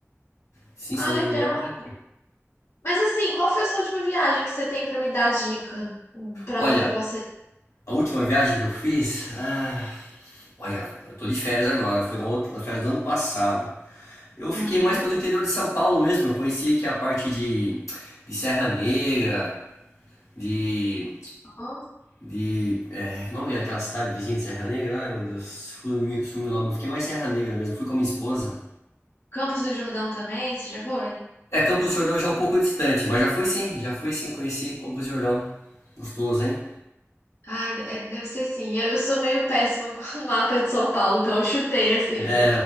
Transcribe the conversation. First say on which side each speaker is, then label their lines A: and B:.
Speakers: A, on the left; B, on the left.
A: sim,
B: Ah,
A: se eu não
B: legal.
A: me engano. né?
B: Mas assim, qual foi a sua última viagem que você tem pra me dar dica? Pra
A: Olha,
B: onde eu possa ir?
A: a última viagem que eu fiz. Ah, olha, eu tô de férias agora, foi na outra, na férias do ano passado. Eu fiquei
B: Aham.
A: mais pelo interior de São Paulo mesmo. Eu conheci aqui a parte de, de Serra Negra, de.
B: Ó.
A: De. É, que nome é daquela cidade vizinha de Serra Negra? Ai, meu Deus, sumiu, sumiu o nome. Eu fiquei mais Serra Negra mesmo, fui com a minha esposa.
B: Campos do Jordão também? Você já foi?
A: É, Campos do Jordão já é um pouco distante, mas já fui sim, já fui sim, conheci Campos do Jordão. Gostoso, hein?
B: Ai, é- deve ser sim. Eu, eu sou meio péssima <laughs> com o mapa de São Paulo, então eu chutei assim.
A: É,